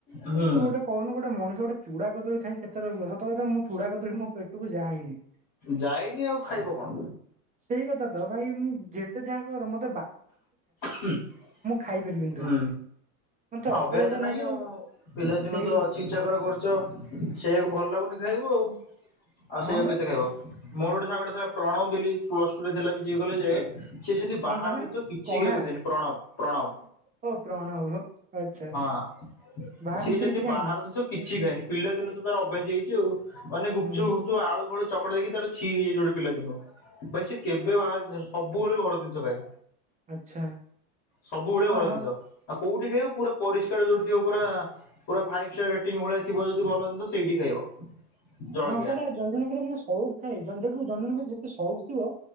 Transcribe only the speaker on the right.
ତୁ ଗୋଟେ କହୁନୁ ଗୋଟେ ମଣିଷ ଗୋଟେ ଚୂଡ଼ା କଦଳୀ ଖାଇକି କେତେ ରହିବ। ସତକଥା ମୁଁ ଚୁଡ଼ା କଦଳୀ ମୋ ପେଟକୁ ଯାଏନି।
ସେଇ କଥା ତ ଭାଇ ମୁଁ ଯେତେ ଯାହା କର ମ
ଖାଇପାରିବିନି ତାକୁ ମତେ
ଅକଳିଆ ତ
ନାଗେ
ସେଇ
କଥା
ହଁ
ବା
କଣ
ତା ନା
କଣା
ଓ ପ୍ରଣ ଆଚ୍ଛା
ବାହାର
ଜିନିଷ
କିଛି ଖାଇନି
ହୁଁ
ଆଚ୍ଛା
ଅ
ହଉ
ହଁ ସେଇଟା ଜନ ଜଣଙ୍କର ମାନେ ସଉକ ଥାଏ। <unintelligible> ଯେତେ ଶଉକଥିବ।